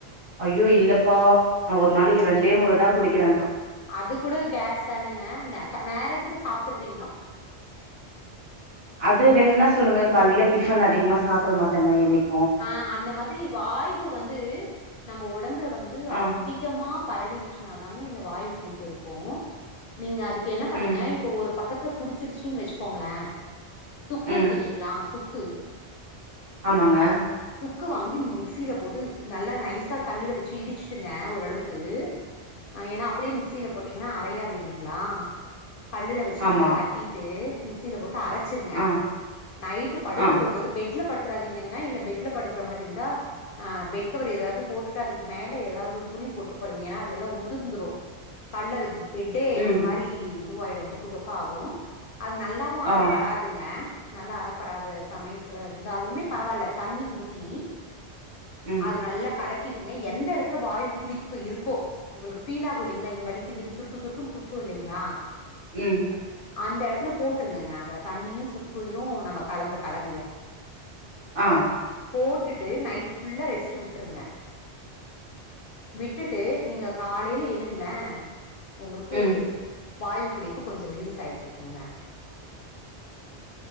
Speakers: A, on the right (about 50°); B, on the left (about 60°).
A: ஐயோ இல்லப்பா நா ஒரு நாளைக்கு ரெண்டே முறதா குடிக்கிற
B: அது கூட கேஸ் தானங்க அந்த க நேரத்துக்கு சாப்ட்டுறீங்ளா
A: அது வேணுன்னா சொல்லுங்க காலைல டிஃபன் அதிகமா சாப்ட மாட்டங்க என்னைக்
B: அ அந்த மாதிரி வாய்வு வந்து நம்ம ஒடம்புல வந்து
A: ஆ
B: அதிகமா பரவிடுச்சுனாதாங்க இந்த வாயு புடிப்புருக்கு நீங்க அதுக்கு என்ன பண்ணுங்க
A: ம்
B: இப்ப ஒரு பக்கத்துல புடிச்சிருச்சுனு வச்சுக்கோங்களே சுக்கு
A: ம்
B: இருக்குல்லலைங்ளா சுக்கு
A: ஆமாங்க
B: துக்கு வாங்கி மிக்சில போட்டு நல்லா நைஸா கல்லுல வச்சு இடிச்சுட்ங்க ஓரளவுக்கு
A: ஹ்ம்
B: அ ஏனா அப்டியே மிக்சில போட்டிங்னா அறையாது இல்லிங்ளா கல்லுல வச்சு
A: ஆமா
B: நல்லா தட்டிட்டு மிக்சில போட்டு அரச்சிருங்க
A: ஆ
B: நைட்டு படுக்க
A: ஆ
B: போம்போது பெட்ல படுத்துறாதீங்கங்க இல்ல பெட் பெட்ல படுக்கற மாரி இந்தா அஹ் பெட் கவர் எதாவது போட்டுட்டு அதுக்கு மேல எதாவது ஒரு துணி போட்டு படுங்க எனா அது ல உதிர்ந்துரு கல்லது பெட்டே
A: ம்
B: ஒரு மாரி இதுவாயிடு தொக்கு தொக்காகும் அது நல்லாவு
A: ஆ
B: அறப்படாதுங்க நல்லா அறப்படாத சமயத்ல இருந்தாலுமே பரவால்ல தண்ணி ஊத்தி
A: ம்
B: அது நல்ல கலக் கிட்டுங்க எந்த இடத்துல வாயு புடிப்பு இருக்கோ உங்ளுக்கு பீல் ஆகு இல்லிங்ளா இங்க வலிக்குதுன் சுருக்கு சுருக்குன் குத்து இல்லிங்ளா
A: ம்
B: அந்த எடத்துல போட்ருங்கங்க அந்த தண்ணியு சுக்கையு நம்ம கலந்த கலவைய
A: ஆ
B: போட்டுட்டு நைட்டு் ஃபுல்லா ரெஸ்ட்டு விட்ருங்க விட்டுட்டு நீங்க காலைல எழுங்ளே உங்கள்க்கு
A: ம்
B: வாய்வு பிடிப்பு கொஞ்ச ரிலீஸ் ஆயிட்ருக்குங்க